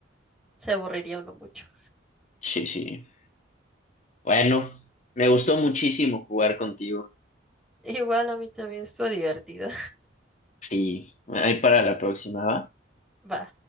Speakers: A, in the centre; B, on the left.
A: Se aburriría uno mucho.
B: sí, sí. Bueno, me gustó muchísimo jugar contigo.
A: Igual a mí también estuvo divertido.
B: Sí, ahí para la próxima, ¿va?
A: <laughs> Va.